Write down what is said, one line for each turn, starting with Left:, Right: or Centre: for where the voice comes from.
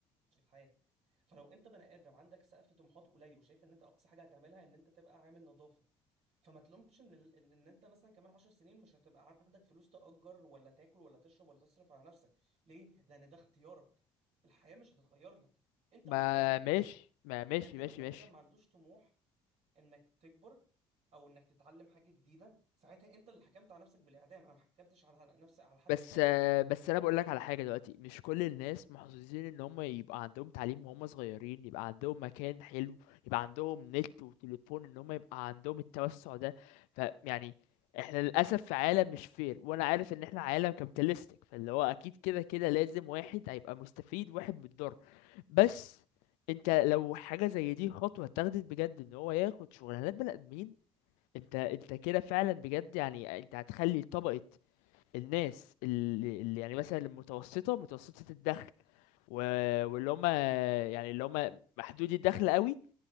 Right: الحياه فلو انت بني ادم عندك سقف طموحات قليل وشايف ان انت اقصى حاجه هتعملها ان انت تبقى عامل نظافه فما تلومش ان ال- ان إن انت مثلا كمان 10 سنين مش هتبقى عندك فلوس تأجر ولا تاكل ولا تشرب ولا تصرف على نفسك ليه لان ده اختيارك الحياه مش هتتغير لك انت
Left: ما
Right: اللي هتتغير للحياه
Left: ماشي ما ماشي
Right: فانت
Left: ماشي
Right: لو بني
Left: ماشي
Right: ادم ما عندوش طموح انك تكبر او انك تتعلم حاجه جديده ساعتها انت اللي حكمت على نفسك بالاعدام انا ما حكمتش على على نفسي على حد
Left: بس
Right: بحاجه
Left: آه، بس انا بقول لك على حاجه دلوقتي مش كل الناس محظوظين ان هم يبقى عندهم تعليم وهم صغيرين يبقى عندهم مكان حلو يبقى عندهم نت وتليفون ان هم يبقى عندهم التوسع ده فيعني احنا للاسف في عالم مش فير وانا عارف ان احنا عالم كابيتالستيك فاللي هو اكيد كده كده لازم واحد هيبقى مستفيد واحد متضرر بس انت لو حاجه زي دي خطوه اتاخدت بجد ان هو ياخد شغلانات بني ادمين انت انت كده فعلا بجد يعني انت هتخلي طبقه الناس اللي, اللي يعني مثلا المتوسطة متوسطة الدخل و... واللي هم يعني اللي هم محدودي الدخل قوي